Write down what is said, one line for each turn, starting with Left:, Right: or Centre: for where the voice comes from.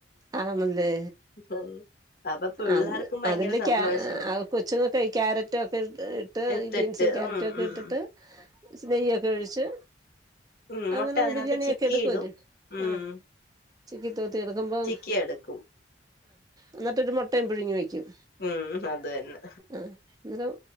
Right: ആന്നല്ലേ
Left: ഉം അപ്പൊ പിള്ളേർക്കും
Right: അത്
Left: ഭയങ്കര
Right: അതില്
Left: സന്തോഷം
Right: ക അ കൊച്ച്ങ്ങക്കെ ക്യാരറ്റ് ഒക്കെ ഇട്ട്
Left: ഇട്ടിട്ട്
Right: ഇ ബീൻസി കാരറ്റ്
Left: ഉം
Right: ഒക്കെ
Left: ഉം
Right: ഇട്ടിട്ട് സ് നെയ്യൊക്കെ ഒഴിച്ച്
Left: ഉം
Right: അങ്ങനെ
Left: മുട്ട അതിനകത്ത്
Right: ബിരിയാണിയാക്കി
Left: ചിക്കിയിടും
Right: എടുക്കുവര്
Left: ഉം
Right: ആ ചിക്കൻ തോത്തി എടുക്കുമ്പം
Left: ക്കി എടുക്കും.
Right: എന്നിട്ടൊരു മുട്ടയും പുഴുങ്ങി വയ്ക്കും.
Left: ഉം അത് തന്നെ
Right: ആ അന്നരം